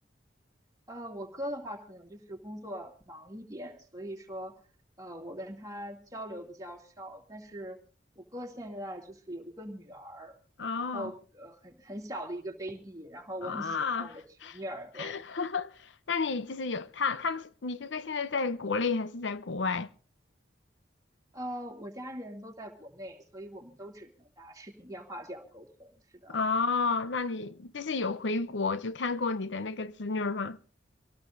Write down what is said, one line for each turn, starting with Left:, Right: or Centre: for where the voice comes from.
Right: 呃，我哥的话可能就是工作忙一点，所以说，呃，我跟他交流比较少。但是我哥现在就是有一个女儿，
Left: 哦
Right: 然后呃很很小的一个 baby，然后我很喜欢我的侄女儿，
Left: 啊，
Right: 对，
Left: <laughs> 那你就是有他他们是你哥哥现在在国内还是在国外？
Right: 呃，我家人都在国内，所以我们都只能打视频电话这样沟通。是的，
Left: 哦，那你就是有回国就看过你的那个侄女儿吗？